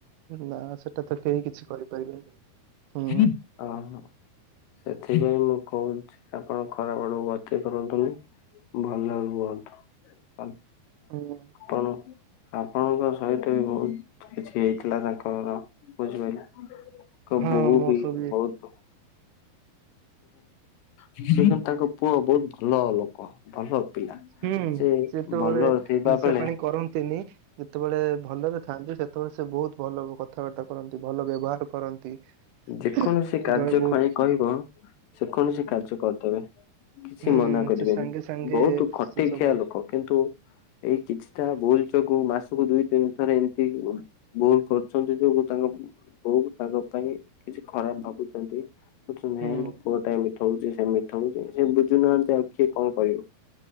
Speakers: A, on the right; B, on the left.
A: ନା ସେଟା ତ କେହି କିଛି କରିପାରିବେନି? ହୁଁ
B: ହ ହ? ସେଥିପାଇଁ ମୁଁ କହୁଚି ଆପଣ ଖରାପ ଆଡକୁ ଗତି କରନ୍ତୁନି? ଭଲ ରୁହନ୍ତୁ? ଅନ୍
A: ହଁ।
B: ଆପଣ? ଆପଣଙ୍କ ସହିତ ବି ବୋହୁତ କିଛି ହେଇଥିଲା ତାଙ୍କର ବୁଝିପାଇଲେ? କ
A: ହଁ
B: ବୋଉ
A: ମୋ
B: ବି
A: ସହ
B: ବୋହୁତ୍? ସିଏ ତାଙ୍କ ପୁଅ ବୋହୁତ ଭଲ ଲୋକ ଭଲ? ପିଲା।
A: ହୁଁ
B: ସେ
A: ସେତବେଳେ
B: ଭଲ ଥିବା
A: ନିଶା
B: ବେଳେ
A: ପାଣି କରନ୍ତିନି ଯେତେବେଳେ ଭଲରେ ଥାଆନ୍ତି ସେତେବେଳେ ସେ ବୋଉତ୍ ଭଲ କଥ କଥାବାର୍ତ୍ତା କରନ୍ତି ଭଲ ବ୍ୟବହାର କରନ୍ତି ସେତେବେଳେ
B: ଯେକୌଣସି କାର୍ଯ୍ୟ
A: ବୋହୁତ୍
B: ପାଇଁ କହିବ ସେ କୌଣସି କାର୍ଯ୍ୟ କରିଦେବେ କିଛି
A: ହୁଁ
B: ମନା କରିବେନି
A: ସେ ସାଙ୍ଗେ ସାଙ୍ଗେ
B: ବୋହୁତ୍ ଖଟେ
A: ସେ ସବୁ
B: ଖିଆ ଲୋକ କିନ୍ତୁ ଏଇ କିଛିଟା ଭୁଲ ଯୋଗୁ ମାସକୁ ଦୁଇ ତିନି ଥରେ ଏମିତି ଭୁଲ କରୁଛନ୍ତି ଯୋଉ ତାଙ୍କ ବୋଉ ତାଙ୍କ ପାଇଁ କିଛି ଖରାପ ଭାବୁଚନ୍ତି? ବୁଝୁନେଇ
A: ହୁଁ
B: ମୋ ପୁଅ ଟା ଏମିତି? ଥଉଚି ସେମିତି ଥାଉ ସେ ବୁଝୁନାହାନ୍ତି ଆଉ କିଏ କଣ କରିବ?